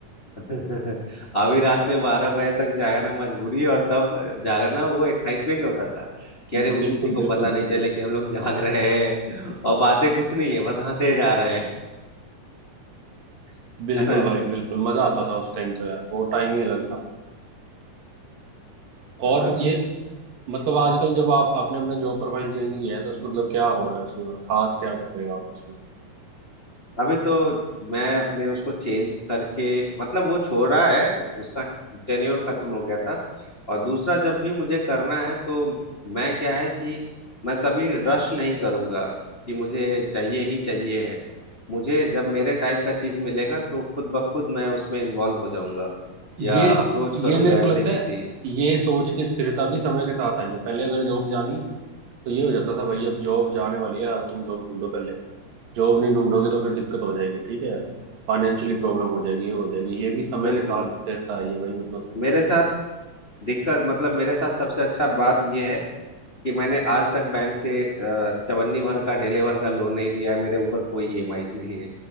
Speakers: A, on the left (about 30°); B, on the right (about 80°).
A: <laughs> अभी रात में बारह बजे तक जागना मजबूरी और तब जागना वो एक्साइटमेंट होता था कि
B: बिल्कुल
A: अरे वो किसी को
B: बिल्कुल
A: पता
B: बिल्कुल
A: नहीं चले कि हम लोग जाग रहे हैं और बातें कुछ नहीं है बस हंसे जा रहे हैं <laughs>
B: बिल्कुल
A: है ना
B: भाई बिल्कुल मजा आता था उस टाइम तो यार वो टाइम ही अलग था और
A: मतलब
B: ये मतलब आजकल जब आप आपने अपने जॉब प्रोफाइल चेंज किया है तो उस मतलब क्या हो रहा है उसमें और खास क्या कर रहे हो आप उसमें
A: अभी तो मैं अपने उसको चेंज करके मतलब वो छोड़ा है उसका टेन्योर खत्म हो गया था और दूसरा जब भी मुझे करना है तो मैं क्या है कि मैं कभी रश नहीं करूंगा कि मुझे चाहिए ही चाहिए है मुझे जब मेरे टाइप का चीज मिलेगा तो खुद ब खुद मैं उसमें इन्वॉल्व हो जाऊंगा
B: ये
A: या अप्रोच
B: ये
A: करूंगा
B: मेरे को
A: ऐसे
B: लगता
A: किसी
B: है ये सोच की स्थिरता भी समय के साथ आई है पहले अगर जॉब जानी तो ये हो जाता था भाई अब जॉब जाने वाली है अब तुम जॉब ढूंढो पहले जॉब नहीं ढूंढोगे तो फिर दिक्कत हो जाएगी ठीक है फाइनेंशियली प्रॉब्लम हो जाएगी ये हो जाएगी ये भी समय
A: बिल्कुल
B: के साथ रहता है ये भाई मतलब
A: मेरे साथ दिक्कत मतलब मेरे साथ सबसे अच्छा बात यह है कि मैंने आज तक बैंक से अ, चवन्नी भर का ढेले भर का लोन नहीं लिया है मेरे ऊपर कोई ईएमआईज नहीं है